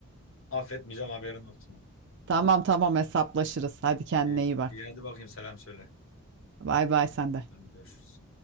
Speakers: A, on the left (about 60°); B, on the right (about 50°).
A: affetmeyeceğim haberin olsun.
B: Tamam tamam hesaplaşırız. Hadi kendine
A: İyi,
B: iyi bak.
A: iyi hadi bakayım selam söyle.
B: Bay bay sen de.
A: Hadi görüşürüz.